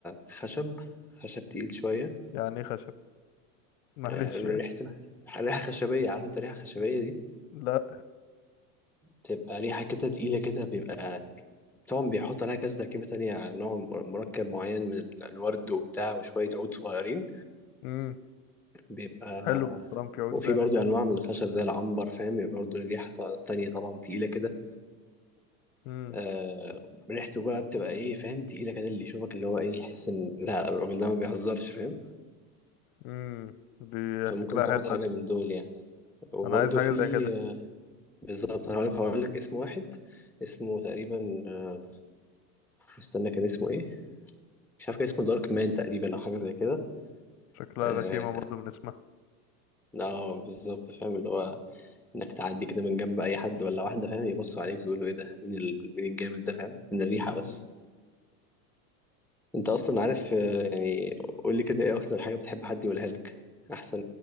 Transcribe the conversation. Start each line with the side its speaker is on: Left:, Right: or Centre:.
Centre: خشب خشب تقيل شوية
Left: يعني إيه خشب معلش
Centre: آه، ريحة
Left: يعني
Centre: ريحة خشبية عارف انت ريحة خشبية دي
Left: لا
Centre: تبقى ريحة كده تقيلة كده بيبقى طبعا بيحط عليها كذا تركيبة تانية يعني نوع مر- مركب معين من ال- الورد وبتاع وشوية عود صغيرين
Left: امم
Centre: بيبقى
Left: حلو الكلام في عود
Centre: وفي
Left: ده
Centre: برضو
Left: يعني.
Centre: انواع من الخشب زي العنبر فاهم بيبقى برضو الريحه ط- تانية طبعا تقيله كده
Left: امم
Centre: آه ريحته بقى بتبقى ايه فاهم تقيله كده اللي يشوفك اللي هو ايه يحس ان لا الراجل ده ما بيهزرش فاهم
Left: امم دي
Centre: فممكن
Left: شكلها
Centre: تاخد
Left: حلوة
Centre: حاجه
Left: دي
Centre: من دول يعني وبرضو
Left: أنا عايز حاجة
Centre: في
Left: زي كده
Centre: آه، بالظبط انا هقول لك هقول لك اسم واحد اسمه تقريبا آه، استنى كان اسمه ايه مش عارف كان اسمه دارك مان تقريبا او حاجه زي كده
Left: شكلها
Centre: اه
Left: غشيمة برضو من اسمها
Centre: آه، بالظبط فاهم اللي هو انك تعدي كده من جنب اي حد ولا واحده فاهم يبصوا عليك ويقولوا ايه ده مين ال- مين الجامد ده فاهم من الريحه
Left: امم
Centre: بس انت اصلا عارف آه، يعني قول لي كده ايه اكتر حاجه بتحب حد يقولها لك احسن